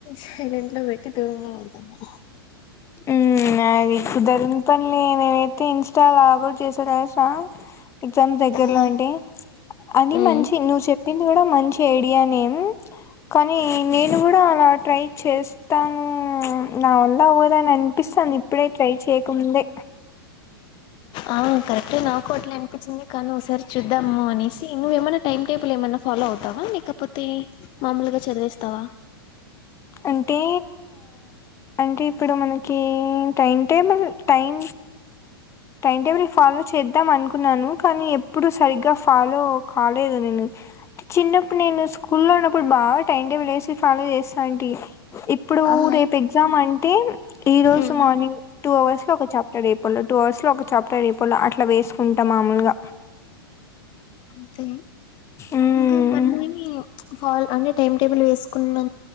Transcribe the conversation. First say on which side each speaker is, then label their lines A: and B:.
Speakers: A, on the left; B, on the left.
A: సైలెంట్ లో పెట్టి దూరంగ <unintelligible>
B: హు నాది కుదరని పనిలే నేనైతే ఇన్స్టా లాగౌట్ చేశ తెలుసా ఎగ్జామ్స్ దగ్గరలో
A: ఆహా
B: అంటే అది
A: ఉమ్
B: మంచి నువ్ చె ప్పింది ఇది కూడ మంచి ఐడియానే కానీ నేను కూడా అలా ట్రై చేస్తాను నా వల్ల అవ అని అనిపిస్తాది ఇప్పుడే ట్రై చేయకముందే
A: ఆ కరెక్ట్యే నాకు అట్లే అనిపించింది కానీ ఒకసారి చూద్దాము అనేసి నువ్వేమైన్నా టైమ్ టేబుల్ ఏమన్న ఫాలో అవుతావ లేకపోతే మామూలుగా చదివేస్తావ
B: అంటే అంటే ఇప్పుడు మనకి time table time time table follow చేద్దాం అను న్నాను కానీ ఎప్పుడు సరిగ్గ ఫాలో కాలేదు నేనుే చిన్నప్పుడు నేను స్కూల్లో <unintelligible> బాగ టైం టేబుల్ వేసి ఫాలో చేస్తా ఇప్పుడు
A: ఆహా
B: రేపు ఎగ్జామ్ అంటే ఈ రోజు
A: ఉమ్
B: మార్నింగ్ టూ అవర్స్ లో ఒక చాప్టర్ అయిపోవాల టూ అవర్స్ లో ఒక చాప్టర్ అయిపొల్ల అట్లా వేసుకుంటా మామూలుగ
A: అ
B: మ్మ్.
A: ఇంకా మనమే మి ఫాల్ అంటే టైమ్ టేబుల్ వేసుకున్న